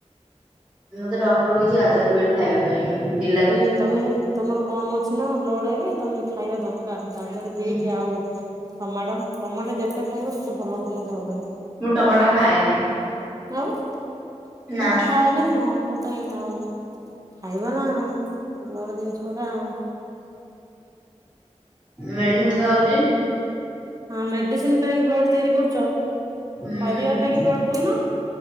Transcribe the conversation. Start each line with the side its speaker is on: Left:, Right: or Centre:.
Centre: ମତେ ଡକ୍ଟର କହିଚି ଗାଜର ବିଟ୍ ଖାଇବା ପାଇଁ ଉଁ ବିଲା
Right: ହୁଁ ତମେ ତମର କମ୍ ଅଛି ନା ବ୍ଲଡ ଏବେ ତମେ ଖାଇବା ଦର କାର ଗାଜର ବିଟ୍
Centre: ହୁଁ
Right: ଆଉ ଟମାଟ ଟମାଟ ଯେତେ ଖାଇବ ସେତେ ଭଲ ତମ ଦେହ ପାଇଁ।
Centre: ମୁଁ ଟମାଟ ଖାଏନି।
Right: ଆଉ ତମେ
Centre: ନା
Right: ପା ଖାଅନି ହଁ ଟୋ ଟାଲି ଖାଅନି ଖାଇବ ନା ଆଉ ବ୍ଲଡ଼ <unintelligible> ଗୁଡା ଆଉ।
Centre: ମେଡିସିନ ଖାଉଚି
Right: ହଁ ମେଡିସିନ୍ ଖାଇକି ବ୍ଲଡ ତିଆରି କରୁଛ
Centre: ହୁଁ
Right: ପରିବା ଖାଇକି ବ୍ଲଡ଼ କରୁନ।